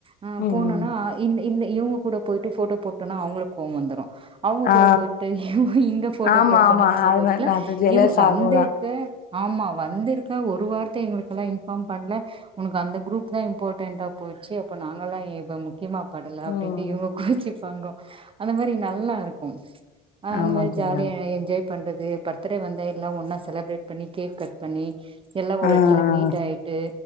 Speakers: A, on the right; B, on the left.
A: அ
B: ம்
A: போனனா
B: ம்
A: அ இந் இந்த இவுங்க கூட போயி டு ஃபோட்டோ போட்டனா அவ்ங்களுக்கு கோவோ வந்துரு அவ்ங்க
B: ஆ ஆ
A: கூட போயிட்டு இவ்ங் இங்க ஃபோட்டோ
B: ஆ ஆமா
A: போட்டனா
B: ஆமா
A: ஸ்டேட்டஸ்ல
B: அது அது ஜெலஸ்
A: இவ்ங்க வந்து
B: ஆகுதா
A: கு ஆமா வந்திருக்க ஒரு வார்த்த எங்களுக்குலா இன்ஃபார்ம் பண்ல ஒனக்கு அந்த குரூப் தா இம்பார்டன்ட்டா போய்ர்ச்சு அப்ப நாங்களா எப முக் கியமா படல அப்டின்ட்டு
B: ம்
A: இவுங்க
B: ம்
A: கோச்சிப்பாங்கோ அந்த மாரி நல்லாருக்கு ஆஹ் அந்த
B: ஆமா
A: மாரி
B: தோழி
A: ஜாலிய
B: ஆமா
A: என்ஜாய் பண்றது பர்த்டே வந்த எல்லா ஒன்னா சே செலப்ரேட் பண்ணி கேக் கட் பண்ணி எல்லா ஒரு
B: ஆ
A: எட்த்துல
B: ஆ
A: மீட் ஆயிட்டு